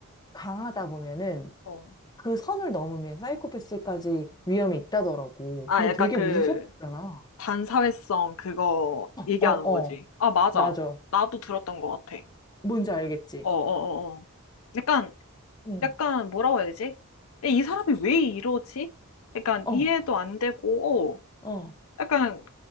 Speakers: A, on the left; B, on the left.
A: 강하다 보면은
B: 어.
A: 그 선을 넘으면 사이코패스까지 위험이 있다더라고.
B: 아,
A: 근데
B: 약간
A: 되게
B: 그,
A: 무섭잖아.
B: 반사회성 그거 얘기하는
A: 어, 어.
B: 거지. 아, 맞아.
A: 맞아.
B: 나도 들었던 것 같아.
A: 뭔지 알겠지?
B: 어, 어, 어, 어. 약간,
A: 응.
B: 약간 뭐라고 해야 되지? 이 사람이 왜 이러지? 약간
A: 어,
B: 이해도 안 되고, 어.
A: 어.
B: 약간,